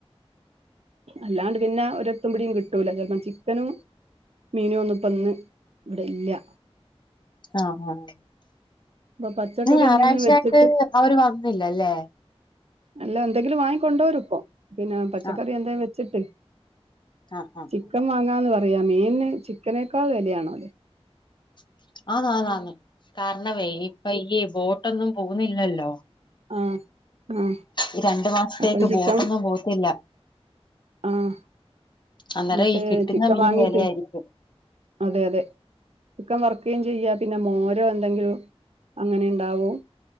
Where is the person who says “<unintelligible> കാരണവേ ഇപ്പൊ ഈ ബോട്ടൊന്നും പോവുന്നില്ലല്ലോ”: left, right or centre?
Left